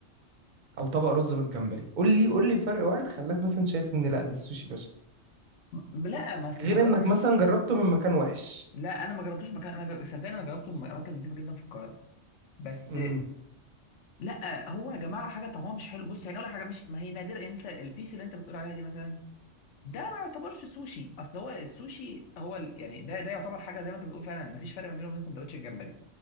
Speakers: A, on the right; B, on the left.
A: او طبق رز بالجمبري قول لي قول لي فرق واحد خلاك مثلا شايف ان لا ده السوشي باشا
B: م- لا ما استخدمك
A: غير انك
B: حاجه
A: مثلا جربته من مكان وحش
B: لا انا ما جربتوش مكان انا ج- صدقني انا جربته في اماكن نظيفه جدا في القاهره بس
A: امم
B: لا هو يا جماعه حاجه طعمها مش حلو بص يعني اقول لك حاجه مش ما هي نادره انت البيس اللي انت بتقول عليها دي مثلا ده ما يعتبرش سوشي اصل هو السوشي هو ال... يعني ده ده يعتبر حاجه زي ما انت بتقول فعلا مفيش فرق ما بينه وبين سندوتش الجمبري